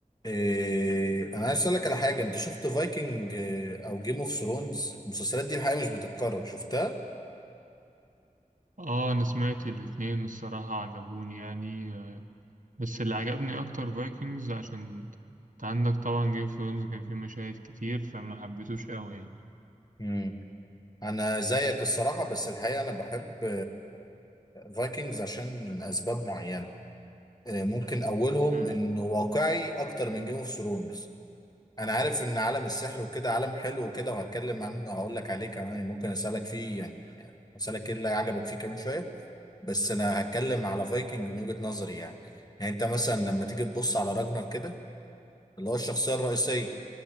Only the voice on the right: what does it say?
اه انا سمعت الاتنين الصراحة عجبوني يعني آه، بس اللي عجبني اكتر فايكنجز عشان انت عندك طبعا جيم اوف ثرونز كان فيه مشاهد كتير فما حبيتوش قوي يعني
مم.